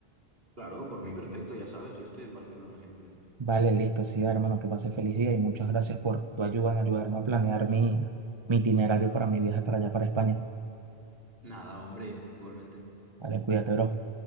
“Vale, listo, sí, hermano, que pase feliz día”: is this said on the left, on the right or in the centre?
Right